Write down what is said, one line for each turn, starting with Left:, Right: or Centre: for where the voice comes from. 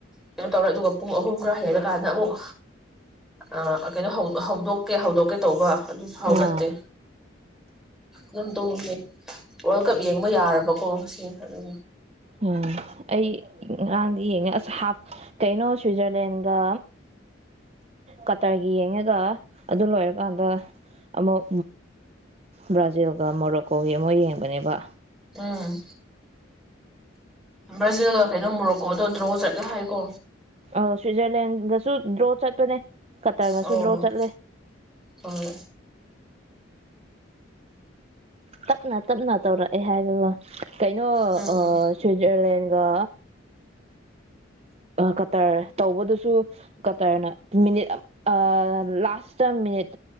Centre: ꯀꯩꯅꯣ ꯇꯧꯔꯦ ꯑꯗꯨꯒ ꯄꯨꯡ ꯑꯍꯨꯝ ꯈꯔ ꯍꯦꯟꯅ ꯀꯥꯟꯗ ꯑꯃꯨꯛ ꯑꯥ ꯀꯩꯅꯣ ꯍꯧꯗꯣꯛꯀꯦ ꯍꯧꯗꯣꯛꯀꯦ ꯇꯧꯕ ꯑꯗꯨ ꯍꯧꯒꯠꯇꯦ
Right: ꯑꯥ
Centre: ꯗꯨꯝ ꯇꯨꯝꯈꯤ ꯋꯥꯔꯜ ꯀꯞ ꯌꯦꯡꯕ ꯌꯥꯔꯕꯀꯣ ꯁꯤ ꯑꯗꯨ
Right: ꯎꯝ ꯑꯩ ꯉꯔꯥꯡꯗꯤ ꯌꯦꯡꯉꯦ ꯑꯁ ꯍꯥꯞ ꯀꯩꯅꯣ ꯁ꯭ꯋꯤꯖꯔꯂꯦꯟꯒ ꯀꯇꯔꯒꯤ ꯌꯦꯡꯉꯒ ꯑꯗꯨ ꯂꯣꯏꯔꯀꯥꯟꯗ ꯑꯃꯨꯛ ꯕ꯭ꯔꯥꯖꯤꯜꯒ ꯃꯣꯔꯣꯛꯀꯣꯒꯤ ꯑꯃꯨꯛ ꯌꯦꯡꯕꯅꯦꯕ
Centre: ꯎꯡ ꯕ꯭ꯔꯥꯖꯤꯜꯒ ꯀꯩꯅꯣ ꯃꯣꯔꯣꯀꯣꯒꯗꯣ ꯗ꯭ꯔꯣ ꯆꯠꯂꯦ ꯍꯥꯏꯀꯣ
Right: ꯑ ꯁ꯭ꯋꯤꯖꯔꯂꯦꯟꯗꯁꯨ ꯗ꯭ꯔꯣ ꯆꯠꯄꯅꯦ ꯀꯇꯔꯒꯁꯨꯨ
Centre: ꯑꯣ
Right: ꯗ꯭ꯔꯣ ꯆꯠꯂꯦ
Centre: ꯍꯣꯏ
Right: ꯇꯞꯅ ꯇꯞꯅ ꯇꯧꯔꯛꯑꯦ ꯍꯥꯏꯕꯋꯥ ꯀꯩꯅꯣ
Centre: ꯎꯝ
Right: ꯁ꯭ꯋꯤꯠꯖꯔꯂꯦꯟ ꯒꯥ ꯀꯇꯔ ꯇꯧꯕꯗꯨꯁꯨ ꯀꯇꯔꯅ ꯃꯤꯅꯤꯠ ꯑꯥ ꯂꯥꯁꯇ ꯃꯤꯅꯤꯠ